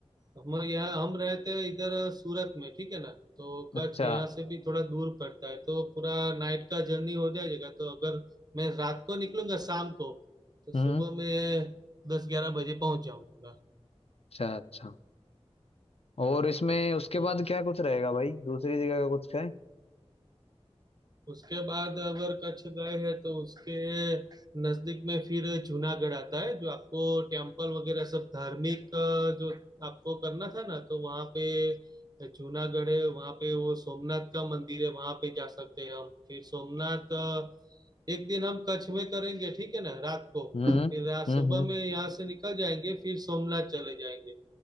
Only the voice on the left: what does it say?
अच्छा
हम्म
अच्छा अच्छा और इसमें उसके
बाद क्या कुछ रहेगा भाई दूसरी जगह का कुछ है
हम्म
हम्म
हम्म